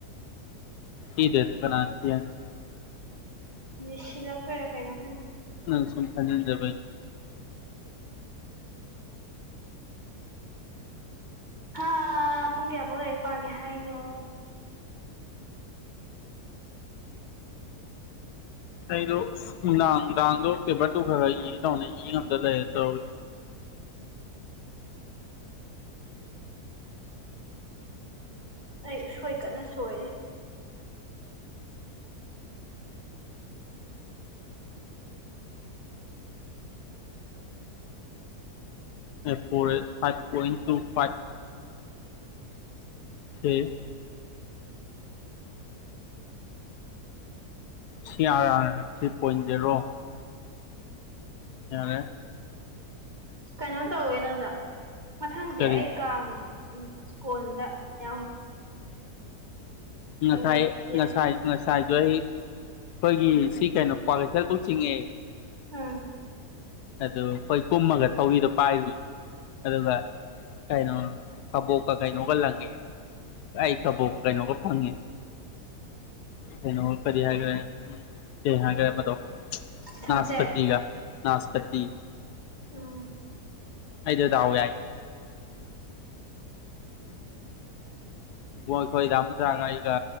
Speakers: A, on the left; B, on the right.
A: ꯍꯗꯦꯠ ꯅꯥꯇ
B: ꯅꯤꯡꯁꯤꯂꯛꯄ ꯑꯣꯏꯔ ꯀꯥꯏꯅ ꯈꯪ
A: ꯎꯝ ꯁꯨꯡ ꯐꯥꯟꯗꯅꯗꯕ
B: ꯍꯥ ꯄꯨꯡ ꯀꯌꯥꯐꯥꯎ ꯂꯔꯤꯛ ꯄꯥꯒꯦ ꯍꯥꯏꯅꯣ
A: ꯑꯩꯗꯣ ꯅꯨꯡꯗꯥꯡ ꯅꯨꯡꯗꯥꯡꯗꯣ ꯄꯦꯄꯔ ꯇꯨ ꯈꯔ ꯏꯒꯦ ꯇꯧꯅꯤ ꯏ ꯉꯝꯗ ꯂꯩꯔꯦ ꯇꯧꯋ
B: ꯑꯩ ꯎꯁꯣꯏ ꯀꯟꯅ ꯁꯣꯏꯔ
A: four five point two five ꯍꯝ ꯁꯤꯌꯥ ꯊ꯭ꯔꯤ ꯄꯣꯏꯟ ꯖꯦꯔꯣ ꯌꯥꯔꯦ
B: ꯀꯩꯅꯣ ꯇꯧꯋꯦꯅꯗ ꯃꯊꯪꯗꯤ
A: ꯀꯔꯤ
B: ꯑꯩ ꯀꯥꯡ ꯎ ꯁ꯭ꯀꯣꯟꯗ ꯌꯥꯝ
A: ꯉꯁꯥꯏ
B: ꯅꯦꯛꯁ
A: ꯉꯁꯥꯏ
B: ꯌꯔ
A: ꯉꯁꯥꯏꯖ ꯑꯩꯈꯣꯏꯒꯤ ꯁꯤ ꯀꯩꯅꯣ ꯀ꯭ꯋꯥ ꯀꯩꯊꯦꯜꯕꯨꯛ ꯆꯤꯡꯉꯦ
B: ꯎꯝ
A: ꯑꯗꯨ ꯑꯩꯈꯣꯏ ꯀꯨꯝꯃꯒ ꯊꯧꯔꯤꯗꯣ ꯄꯥꯏꯔꯨꯁ ꯑꯗꯨꯒ ꯀꯩꯅꯣ ꯀꯕꯣꯛꯀ ꯀꯩꯅꯣꯒ ꯂꯪꯒꯦ ꯑ ꯑꯩ ꯈꯥꯕꯣꯕ ꯀꯥꯏꯅꯉꯔ ꯐꯪ ꯎꯩꯅꯣ ꯀꯔꯤ ꯍꯥꯏꯒ꯭ꯔꯦ ꯎ ꯀ ꯍꯥꯏꯒ꯭ꯔꯦ ꯃꯗꯣ
B: ꯊꯝꯆꯦꯠ
A: ꯅꯥꯁꯄꯇꯤꯒ ꯅꯥꯁꯄꯇꯤ
B: ꯎꯝ
A: ꯑꯩꯗꯗꯥꯎ ꯌꯥꯏ ꯃꯣꯏ ꯑꯩꯈꯣꯏ ꯔꯥ ꯃꯖꯥꯒ ꯑꯩꯒ